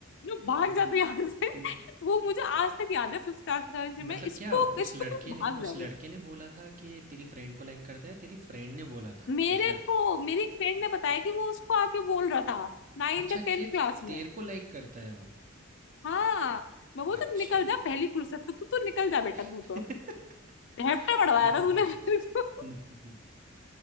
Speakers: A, on the left; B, on the right.
A: जो भाग
B: हुँ,
A: जाते यहाँ से
B: हुँ। <laughs>
A: वो मुझे आज तक याद है फिफ्थ क्लास
B: मतलब
A: में इसको
B: क्या उस
A: इसको
B: लड़के
A: तू
B: ने
A: भाग
B: उस
A: जा
B: लड़के
A: बस
B: ने बोला था कि तेरी फ्रेंड को लाइक करता है, तेरी फ्रेंड ने बोला था
A: मेरे
B: कि उस लड़के
A: को मेरी फ्रेंड ने बताया कि वो उसको आके बोल रहा था नाइन्थ
B: अच्छा
A: या
B: कि
A: टेंथ क्लास में
B: तेरे को लाइक करता है वो?
A: हाँ मैं बोल
B: अच्छा।
A: तो निकल जा पहली फुर्सत तो तू तू निकल जा बेटा
B: <laughs>
A: तू तो हेप्टा पढ़वाया
B: हुँ, हुँ,
A: था तूने
B: हुँ,
A: मेरे
B: हुँ।
A: को
B: हुँ, हुँ, हुँ।